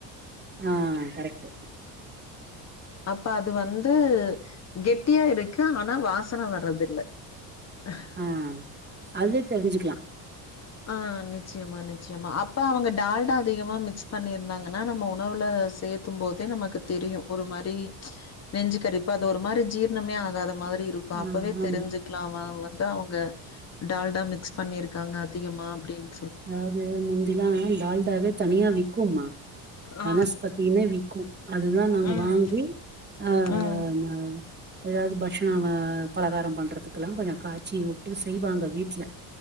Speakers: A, on the right (about 25°); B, on the left (about 35°).
A: ஆ கரெக்ட்டு
B: அப்ப அது வந்து கெட்டியா இருக்கு ஆனா வாசன வரதில்ல அஹ
A: ஆ அதுலே தெரிஞ்சிக்கலா
B: ஆ நிச்சயமா நிச்சயமா அப்ப அவங்க டால்டா அதிகமா மிக்ஸ் பண்ணீர்ந்தாங்கன்னா நம்ம உணவுல சேத் தும் போதே நமக்கு தெரியு ஒரு மாரி நெஞ்சு கரிப்பு அது ஒரு மாரி ஜீர்ணமே ஆகாத மாதிரி இருக் கு
A: ஆ
B: அப்பவே
A: ஆமா
B: தெரிஞ்சிக்கலா வா வந்து அவங்க டால்டா மிக்ஸ் பண்ணீர்க்காங்க அதிகமா அப்டின்
A: அதாவ்து முந்திலா டால்டாவே தனியா விக்கும்மா வனஸ்பதின்னே
B: ஆ,
A: வி க்கு அதுதா நாங்க
B: ம்,
A: வாங்கி ஆ
B: ம்,
A: ந எதாவ்து பக்ஷணங்க பலகாரம் பண்றத்துக்குல்லா கொஞ்சோ காச்சி உட்டு செய்வாங்க வீட்ல